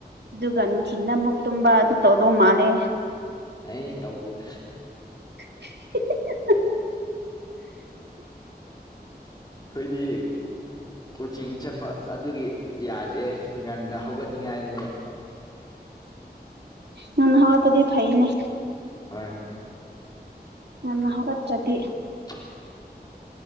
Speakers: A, on the right; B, on the left.
A: ꯑꯗꯨꯒ ꯅꯨꯡꯊꯤꯜꯅ ꯑꯃꯨꯛ ꯇꯨꯝꯕ ꯑꯗꯨ ꯇꯧꯗꯧ ꯃꯥꯜꯂꯦ
B: ꯑꯩ ꯇꯧꯗꯗ
A: <unintelligible>
B: ꯀꯣꯏꯗꯤ ꯀꯣꯆꯤꯡ ꯆ ꯆꯄ ꯑꯗꯨꯒꯤ ꯌꯥꯗꯦ ꯉꯟꯅ ꯍꯧꯒꯠꯅꯤꯡꯉꯥꯏꯅꯤꯕ
A: ꯅꯅ ꯍꯕ ꯄꯗꯤ ꯐꯥꯏꯅꯦ
B: ꯍ
A: ꯅ ꯍꯒ ꯆꯗꯤ
B: <unintelligible>